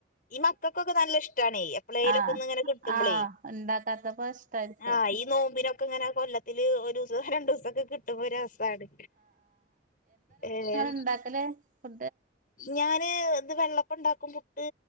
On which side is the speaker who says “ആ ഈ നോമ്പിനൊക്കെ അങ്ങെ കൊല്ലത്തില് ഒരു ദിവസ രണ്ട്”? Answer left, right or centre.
Left